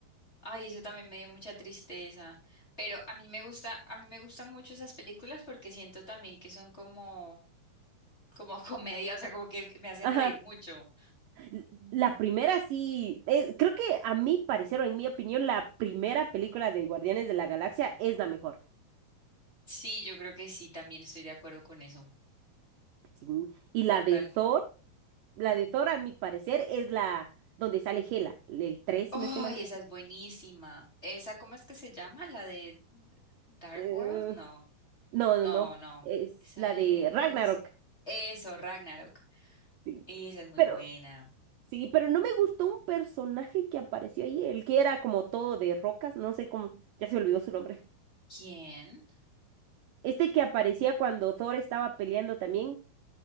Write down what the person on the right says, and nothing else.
Ajá.
L- La primera sí, eh, creo que a mi parecer o en mi opinión, la primera película de Guardianes de la Galaxia es la mejor.
sí. Y la
de Thor, la de Thor a mi parecer es la donde sale Hela, el 3
si no estoy mal. creo
eh,
no, no,
no,
es
la
de Ragnarok.
Sí.
Pero
sí, pero no me gustó un personaje que apareció ahí, el que era como todo de rocas, no sé cómo, ya se olvidó su nombre.
Este que aparecía cuando Thor estaba peleando también.